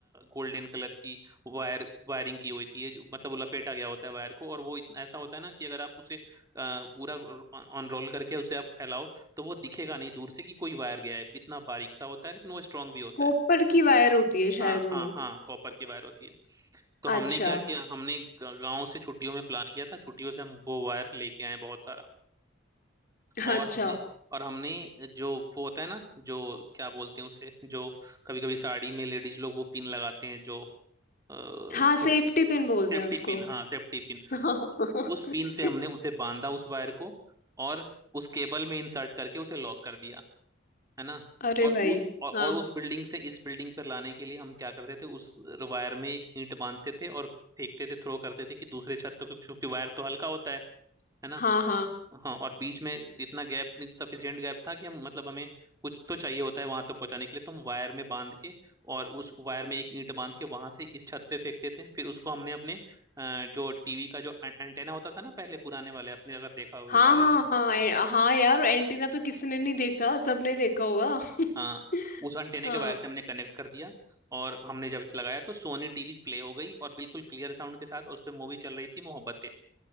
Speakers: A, on the right; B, on the left.
A: गोल्डन कलर की वायर वायरिंग की होती है जो- मतलब वो लपेटा गया होता है वायर को और वो इतना ऐसा होता है ना कि अगर आप उसे अ, पूरा ऑन रोल करके उसे आप फैलाओ तो वो दिखेगा नहीं दूर से कि कोई वायर गया है इतना बारीक सा होता है लेकिन वो स्ट्रांग भी होता
B: कॉपर
A: है
B: की वायर होती है शायद
A: हाँ
B: वो
A: हाँ हाँ कॉपर की वायर होती है तो हमने
B: अच्छा
A: क्या किया हमने गांव से छुट्टियों में प्लान किया था छुट्टियों से हम वो वायर लेके आए बहुत सारा और
B: अच्छा
A: हमने और हमने जो वो होता है ना जो क्या बोलते हैं उसे जो कभी कभी साड़ी में लेडीज लोग वो पिन लगाते हैं जो अ, कुछ
B: हाँ सेफ्टी पिन बोलते
A: सेफ्टी
B: हैं उसको
A: पिन हाँ सेफ्टी पिन
B: <laughs>
A: उस पिन से हमने उसे बांधा उस वायर को और उस केबल में इंसर्ट करके उसे लॉक कर दिया है ना
B: अरे
A: और
B: भाई
A: उ, और,
B: हाँ
A: और उस बिल्डिंग से इस बिल्डिंग पर लाने के लिए हम क्या करते थे उस वायर में एक ईंट बांधते थे और फेंकते थे थ्रो करते थे कि दूसरे छत तक क्योंकि वायर तो हल्का होता है है ना
B: हाँ हाँ
A: हाँ और बीच में इतना गैप सफिशिएंट गैप था कि हम मतलब हमें कुछ तो चाहिए होता है वहां तो पहुंचाने के लिए तो हम वायर में बांध के और उस वायर में एक ईंट बांध के वहां से इस छत पे फेंकते थे फिर उसको हमने अपने अ, जो टीवी का जो एं- एंटेना होता था ना पहले पुराने वाले आपने अगर देखा हुए
B: हाँ
A: और
B: हाँ
A: याद हो,
B: हाँ ए, हाँ यार एंटीना तो किसने नहीं देखा सबने देखा होगा <laughs>
A: हाँ उस एंटेने
B: हाँ
A: के वायर से हमने कनेक्ट कर दिया और हमने जब लगाया तो सोनी टीवी प्ले हो गई और बिल्कुल क्लियर साउंड के साथ और उस पर मूवी चल रही थी मोहब्बतें